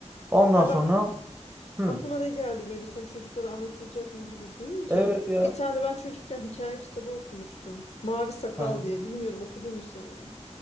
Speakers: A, on the right; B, on the left.
A: Ondan
B: Ay
A: sonra
B: bak
A: hı,
B: Aklıma ne geldi böyle sen çocuklara anlatılacak mı gibi deyince.
A: evet ya.
B: Bir tane ben çocukken hikaye kitabı okumuştum. Mavi Sakal
A: Hı hı.
B: diye. Bilmiyorum okudun mu sen onu?